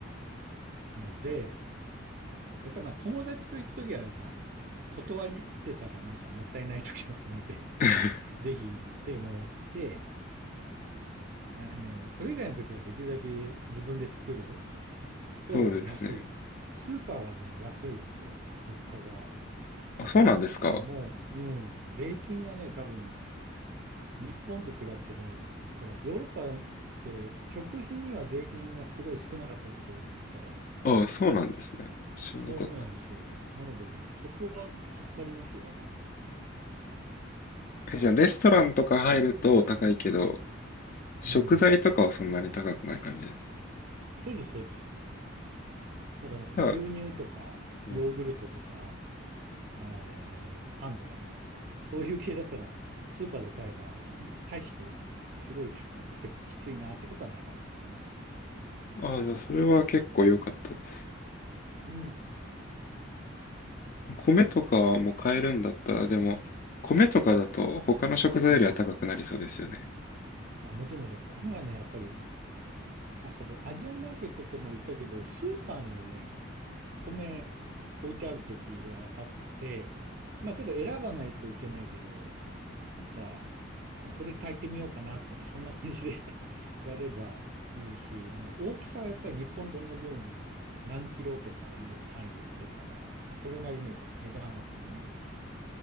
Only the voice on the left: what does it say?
<laughs>
そうですね。
あ、そうなんですか
ああ、そうなんですね。知らなかった。
え、じゃあ、レストランとか入ると高いけど、食材とかはそんなに高くない感じですか
じゃあ、うん
ああ、じゃあ、それは結構良かったです。
米とかはもう買えるんだったら、でも、米とかだと他の食材よりは高くなりそうですよね。